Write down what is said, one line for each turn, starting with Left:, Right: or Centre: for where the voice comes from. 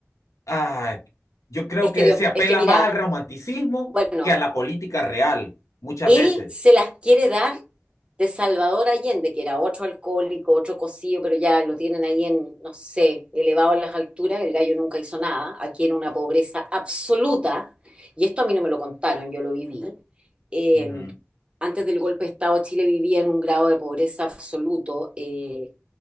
Left: ah, yo creo
Right: Es
Left: que
Right: que Dios,
Left: se apela
Right: es que mira,
Left: más al romanticismo
Right: bueno,
Left: que a la política real, muchas
Right: Él
Left: veces.
Right: se las quiere dar de Salvador Allende, que era otro alcohólico, otro cocido, pero ya lo tienen ahí en, no sé, elevado en las alturas. El gallo nunca hizo nada. Aquí era una pobreza absoluta. Y esto a mí no me lo contaron, yo lo viví. Eh,
Left: Ujú.
Right: antes del golpe de Estado, Chile vivía en un grado de pobreza absoluto. eh,